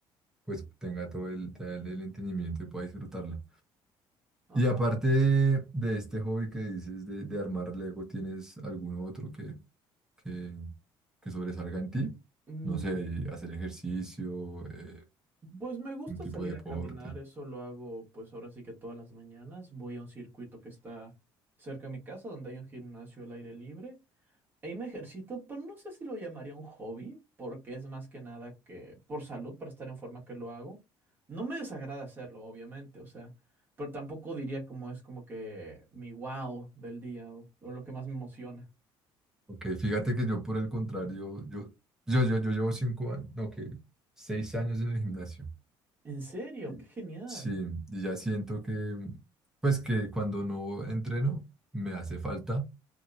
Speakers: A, in the centre; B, on the right (about 20°).
A: pues tenga todo el, todo el el entendimiento y pueda disfrutarla.
B: Ajá.
A: Y aparte de, de este hobby que dices de, de armar Lego, ¿tienes algún otro que, que, que sobresalga en ti.
B: Mm,
A: No sé, y hacer ejercicio, eh,
B: pues me gusta
A: un tipo
B: salir
A: de deporte.
B: a caminar, eso lo hago pues ahora sí que todas las mañanas, voy a un circuito que está cerca de mi casa donde hay un gimnasio al aire libre Ahí me ejercito, pero no sé si lo llamaría un hobby, porque es más que nada que por salud, para estar en forma que lo hago. No me desagrada hacerlo, obviamente, o sea, pero tampoco diría como es como que mi wow del día o, o lo que más me emociona.
A: Ok, fíjate que yo por el contrario, yo, yo, yo, yo llevo cinco años, no, que seis años en el gimnasio.
B: En serio,
A: Y-
B: qué genial.
A: Sí, y ya siento que, pues que cuando no entreno, me hace falta.